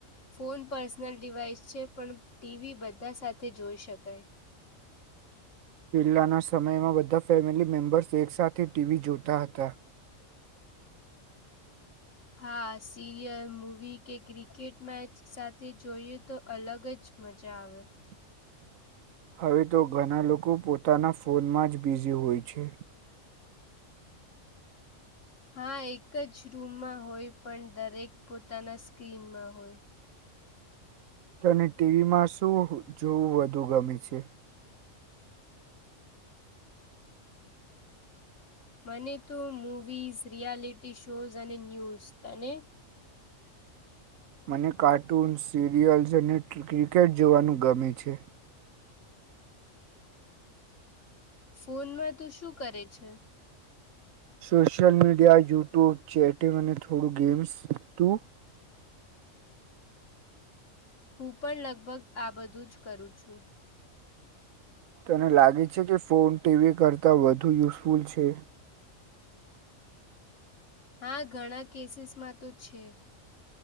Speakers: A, on the left (about 65°); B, on the right (about 80°).
A: ફોન પર્સનલ ડિવાઈસ છે પણ ટીવી બધા સાથે જોઈ શકાય.
B: પલ્લ્લાના સમયમાં બધા ફેમિલી મેમ્બર્સ એક સાથે ટીવી જોતા હતા.
A: હા સિરિયલ મૂવી કે ક્રિકેટ મેચ સાથે જોઈએ તો અલગ જ મજા આવે.
B: હા. હવે તો ઘણા લોકો પોતાના ફોનમાં જ બિઝી હોય છે.
A: હા એક જ રૂમમાં હોય પણ દરેક પોતાના સ્ક્રીનમાં હોય.
B: તને ટીવી માં શું જોવું વધુ ગમે છે.
A: મને તો મૂવીઝ રિયાલિટી શોઝ અને ન્યૂઝ તને.
B: મને કાર્ટૂન્સ સિરિયલ્સ અને ક્રિકેટ જોવાનું ગમે છે.
A: ફોનમાં તું શું કરે છે.
B: સોશિયલ મીડિયા યુટ્યુબ ચેટિંગ અને થોડું ગેમ્સ તું.
A: હું પણ લગભગ આ બધું જ કરું છું.
B: તને લાગે છે કે ફોન ટીવી કરતા વધુ યુઝફુલ છે.
A: હા ઘણા કેસીસ માં તો છે.